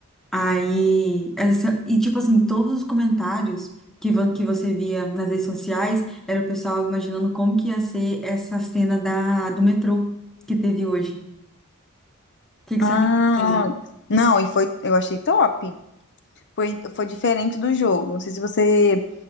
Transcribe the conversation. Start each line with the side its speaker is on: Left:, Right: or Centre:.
Centre: Aí, essa, e tipo assim, todos os comentários que, vo- que você via nas redes sociais era o pessoal imaginando como que ia ser essa cena da, do metrô que teve hoje. O que, que
Left: Ah,
Centre: você achou da cena?
Left: não, e foi, eu achei top. Foi, foi diferente do jogo. Não sei se você